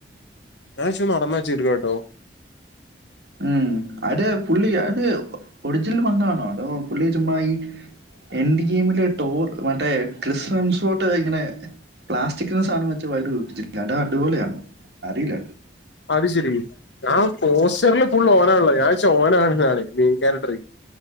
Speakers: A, on the left; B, on the right.
A: ഞാ നടന്നാ ചീരുക്ക കേട്ടോ
B: ഉം അത് പുള്ളി അത് ഒഡജിൽ വന്നാണോ അതോ പുള്ളി ചുമ്മ ഈ എൻ ഗെയിമില് ടോർ മറ്റേ ക്രിസ്ംസോട്ട് ഇങ്ങനെ പ്ലാസ്റ്റിക്കക്സാധനം വെച്ച് വൈ <unintelligible> അത് അടിപൊളിയാണോ അറിയില്ല
A: അത് ശെരി ഞാൻ പോസ്റ്ററിൽ ഫുൾ ഓനാണല്ല ഞാഴ്ച്ച ഓന ആണ് നാളെ മെയിൻ ക്യാരക്ടർ